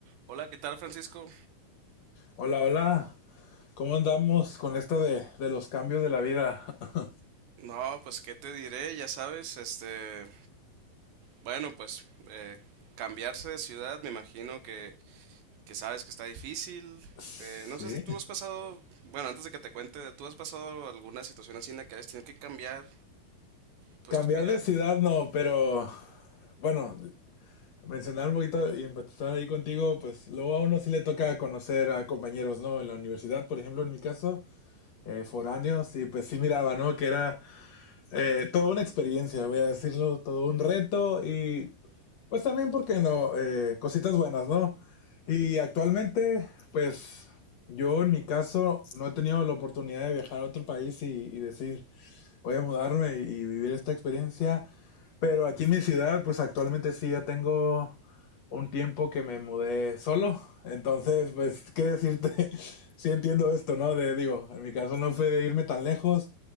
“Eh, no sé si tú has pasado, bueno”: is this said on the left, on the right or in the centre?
Right